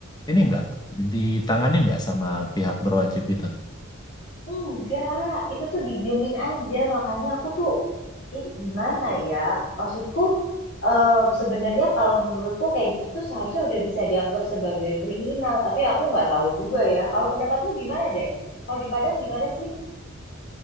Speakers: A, on the left; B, on the left.
A: ini nggak ditanganin nggak sama pihak berwajib itu?
B: Enggak, itu tuh didiemin aja. Makanya aku tuh ini gimana ya? Maksudku eh, sebenarnya kalau menurutku kayak gitu tuh seharusnya udah bisa dianggap sebagai kriminal. Tapi aku nggak tahu juga ya. Kalau pendapatmu gimana deh? Kalau di Padang gimana sih?